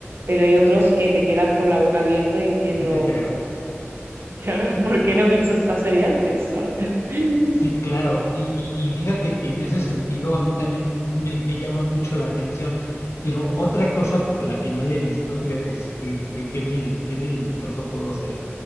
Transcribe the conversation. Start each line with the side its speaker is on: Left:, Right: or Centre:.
Right: pero hay otros que te quedas con la boca abierta y diciendo,
Left: sí te creo.
Right: claro, <laughs> ¿por qué no he visto esta serie antes? ¿Sabes? <laughs>
Left: Sí, claro. Y, y- y fíjate que en ese sentido a mí también me, me llama mucho la atención. Pero otra cosa por la que no le he visto, fíjate, es que, que, que mel- qué melindroso puedo ser,